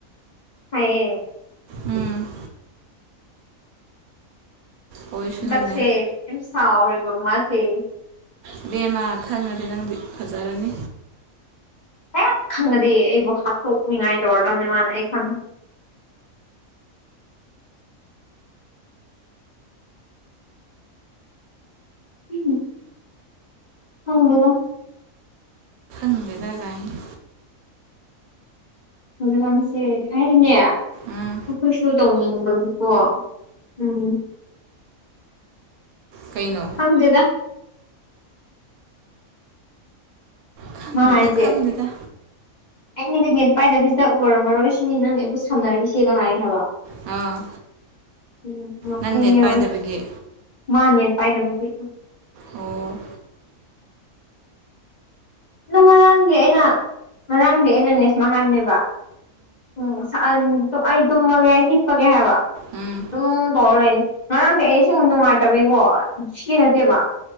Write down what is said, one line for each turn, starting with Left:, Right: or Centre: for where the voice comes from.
Left: ꯍꯥꯏꯌꯦ꯫
Right: ꯎꯝ꯫ ꯑꯣꯏꯁꯅꯨꯅꯦ
Left: ꯍꯟꯗꯛꯁꯦ ꯌꯥꯝ ꯁꯥꯎꯔꯦꯕ ꯃꯥꯁꯦ
Right: ꯏꯕꯦꯝꯃ ꯈꯪꯉꯗꯤ ꯅꯪꯗꯤ ꯐꯖꯔꯅꯤ
Left: ꯍꯦꯛ ꯈꯪꯉꯗꯤ ꯑꯩꯕꯨ ꯍꯥꯠꯇꯣꯛꯅꯤꯡꯉꯥꯏ ꯇꯧꯔꯗꯣꯅꯤ ꯃꯥꯅ ꯑꯩ ꯈꯪꯉꯤ <unintelligible> ꯈꯪꯗꯦꯗ
Right: ꯈꯪꯗꯦꯗꯒꯥꯏꯅ
Left: ꯍꯧꯖꯤꯛꯀꯥꯟꯁꯦ ꯑꯩꯅꯦ
Right: ꯎꯝ
Left: ꯑꯩꯈꯣꯏꯁꯨ ꯇꯧꯅꯤꯡꯕꯒꯤꯀꯣ ꯎꯝ
Right: ꯀꯩꯅꯣ
Left: ꯈꯪꯗꯦꯗ
Right: ꯈꯪꯗꯦꯗ
Left: ꯃꯥ ꯍꯥꯏꯁꯦ
Right: ꯈꯪꯗꯦꯗ
Left: ꯑꯩꯅꯒ ꯅꯦꯠ ꯄꯥꯏꯗꯕꯤꯁꯤꯗ ꯎꯔꯝꯃꯔꯣꯏ ꯁꯤꯅꯤ ꯅꯪꯅ ꯑꯩꯕꯨ ꯁꯝꯅꯔꯤꯁꯦꯒ ꯍꯥꯏ ꯍꯥꯏꯕ
Right: ꯑꯥ
Left: ꯎꯝ ꯅꯣꯛꯅꯤꯡꯉꯦꯕ
Right: ꯅꯪ ꯅꯦꯠ ꯄꯥꯏꯗꯕꯒꯤ
Left: ꯃꯥ ꯅꯦꯠ ꯄꯥꯏꯗꯕꯒꯤ
Right: ꯑꯣ
Left: ꯑꯗꯣ ꯉꯔꯥꯡꯗꯤ ꯑꯩꯅ ꯉꯔꯥꯡꯗꯤ ꯑꯩꯅ ꯅꯦ ꯁꯨꯃꯥꯏ ꯍꯥꯏꯕꯅꯦꯕ ꯎꯝ ꯉꯁꯥꯏ ꯑꯩ ꯇꯨꯝꯃꯒꯦ ꯍꯤꯞꯄꯒꯦ ꯍꯥꯏꯕ
Right: ꯎꯝ
Left: ꯑꯗꯨꯝ ꯇꯧꯔ ꯂꯩꯅꯤ ꯉꯔꯥꯡꯗꯤ ꯑꯩ ꯑꯁꯦꯡ ꯅꯨꯡꯉꯥꯏꯇꯕꯩꯀꯣ ꯁꯤꯒꯤ ꯅꯠꯇꯦꯕ